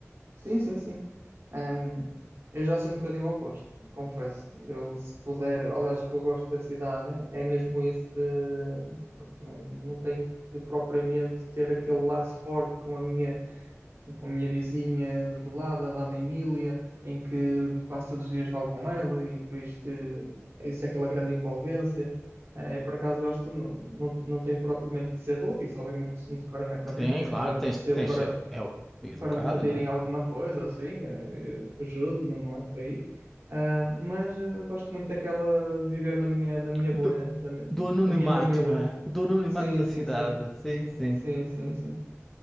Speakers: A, on the right; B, in the centre.
A: Sim, sim, sim. Ahm, eu já sou um bocadinho o oposto, confesso. Eu, se puder, aliás, o que eu gosto da cidade é mesmo isso de. pronto, não, não tenho que propriamente ter aquele laço forte com a minha, com com a minha vizinha do lado, a Dona Emília, em que quase todos os dias falo com ela e por isto eh, existe aquela grande envolvência. Eh, Eu, por acaso, gosto, não, não, não tenho propriamente que ser rude, isso obviamente se me tocarem a camping,
B: Sim,
A: que
B: claro,
A: até já aconteceu
B: tens, tens,
A: para
B: é, é educado,
A: para me pedirem
B: não é?
A: alguma coisa, assim, eh, eu ajudo, não, não é por aí. Ah, mas eh, gosto muito daquela de viver na minha, na minha bolha,
B: Do,
A: da, mi-
B: do anonimato,
A: da minha família.
B: não é? Do anonimato
A: Sim,
B: da
A: sim,
B: cidade,
A: sim.
B: sim, sim.
A: Sim, sim, sim.